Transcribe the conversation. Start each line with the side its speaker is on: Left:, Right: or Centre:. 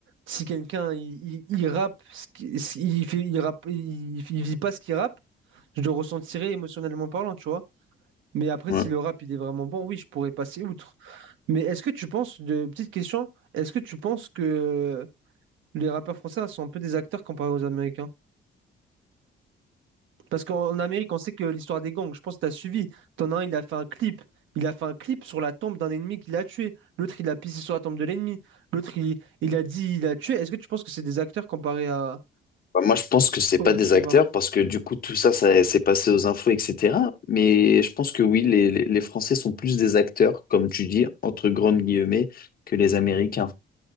Right: si quelqu'un il, il- il rappe, ce qui- ce- il fait, il rappe, il, il vit pas ce qu'il rappe, je le ressentirais émotionnellement parlant, tu vois. Mais après,
Left: Ouais.
Right: si le rap il est vraiment bon, oui, je pourrais passer outre. Mais est-ce que tu penses, de petite question, est-ce que tu penses que les rappeurs français sont un peu des acteurs comparés aux Américains? Parce qu'en Amérique, on sait que l'histoire des gangs, je pense que tu as suivi. T'en as un, il a fait un clip. Il a fait un clip sur la tombe d'un ennemi qu'il a tué. L'autre, il a pissé sur la tombe de l'ennemi. L'autre, il, il a dit, il a tué. Est-ce que tu penses que c'est des acteurs comparés à,
Left: Bah, moi, je pense que c'est
Right: au,
Left: pas des
Right: au
Left: acteurs
Right: rap?
Left: parce que du coup, tout ça, ça s'est passé aux infos, etc. Mais je pense que oui, les, les les Français sont plus des acteurs, comme tu dis, entre grandes guillemets, que les Américains,